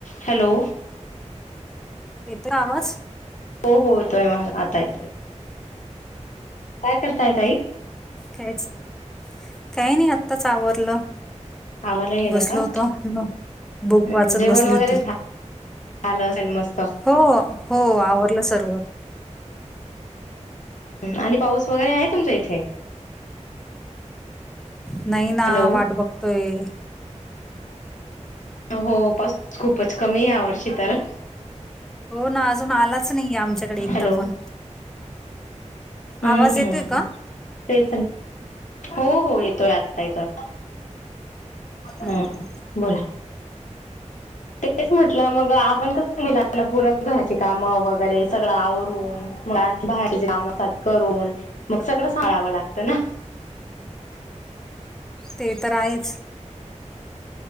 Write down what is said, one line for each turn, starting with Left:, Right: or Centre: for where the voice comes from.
Left: हॅलो
Centre: येत आवाज
Left: हो हो येतोय मला आता येतोय काय करताय तई
Centre: काहीच काही नाही आत्ताच आवरलं
Left: आवरला गेला
Centre: बसल
Left: का
Centre: होत न
Left: हम्म
Centre: बुक वाचत
Left: जेवण
Centre: बसली
Left: वगैरे
Centre: होती
Left: झालं असेल मस्त
Centre: हो हो आवड सर्व
Left: आणि पाऊस वगैरे आहे तुमच्या इथे
Centre: नाही ना
Left: हॅलो
Centre: वाट बघतोय
Left: हो पाऊस खूपच कमी आहे ह्या वर्षी तर
Centre: हो ना अजून आलाच नाहीये आमच्याकडे एकदा
Left: हॅलो
Centre: पण
Left: हम्म
Centre: आवाज येतोय का
Left: तेच हो हो येतोय आता येतोय
Centre: हम्म
Left: हा बोला तेच म्हटलं मग आपण कसं मिला ना परण घराची कामं वगैरे सगळं आवरून मु बाहे कामात करून मग सगळं सांळावं लागत ना ठ
Centre: ते तर आहेच